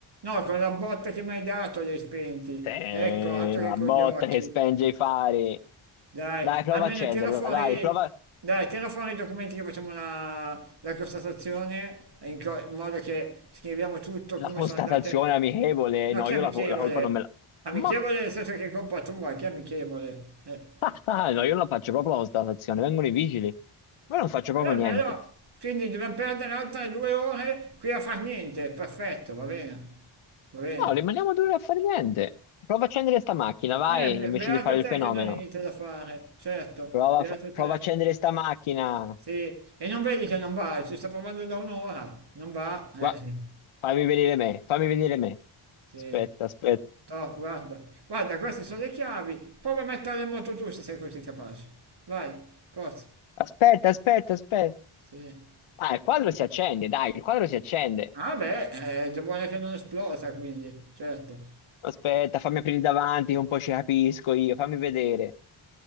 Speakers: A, on the right; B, on the left.
A: No, con la botta che mi hai dato li hai spenti.
B: Sì,
A: Ecco, altro
B: la
A: che con
B: botta
A: gli occhi.
B: che spenge i fari.
A: Dai,
B: Dai, prova
A: almeno
B: a accenderla,
A: tira fuori,
B: dai, prova
A: dai, tira fuori i documenti che facciamo la, la constatazione, in, co- in modo che scriviamo tutto
B: la
A: come
B: constatazione
A: sono andate.
B: amichevole.
A: No,
B: No,
A: chi
B: io
A: è amichevole?
B: la, co- la colpa non me la...
A: Amichevole
B: Ma che...
A: nel senso che è colpa tua, chi è amichevole? Eh.
B: <laughs> No, io non la faccio proprio la constatazione, vengono i vigili. Ma io non faccio
A: Però
B: proprio
A: è
B: niente.
A: bello, quindi dobbiamo perdere altre due ore qui a far niente, perfetto, va bene, va bene.
B: No, rimaniamo due ore a fare niente. Prova a accendere sta macchina, vai,
A: Eh, be-
B: invece
A: beato
B: di fare
A: te
B: il fenomeno.
A: che non hai niente da fare, certo,
B: Prova,
A: beato
B: a fa-
A: te.
B: prova a accendere sta macchina.
A: Sì, e non vedi che non va, ci sta provando da un'ora, non va, eh,
B: Gua- fammi venire me, fammi venire me.
A: <laughs> sì,
B: Aspetta, aspetta.
A: Toh, guarda, guarda, queste sono le chiavi, prova a mettere in moto tu se sei così capace, vai, forza,
B: Aspetta, aspetta, aspetta.
A: sì.
B: Ah, il quadro si accende, dai, il quadro si accende.
A: Ah beh, è già buona che non esplosa quindi, certo,
B: Aspetta, fammi aprire davanti, che un po' ci capisco io, fammi vedere.